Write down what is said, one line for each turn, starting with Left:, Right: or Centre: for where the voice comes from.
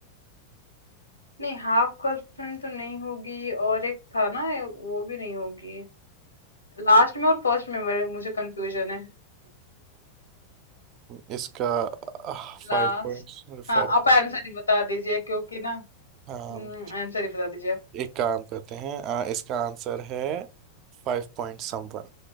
Left: नहीं हाफ गर्लफ्रेंड तो नहीं होगी और एक था ना वो भी नहीं होगी लास्ट में और फर्स्ट में मेरे- मुझे कंफ्यूजन है
Right: इसका फाइव
Left: लास्ट
Right: पॉइंट
Left: हाँ
Right: फाइव
Left: आप आंसर ही बता दीजिए क्योंकि ना
Right: हाँ
Left: हम्म आंसर ही बता दीजिए आप
Right: एक काम करते हैं अ, इसका आंसर है फाइव पॉइंट समवन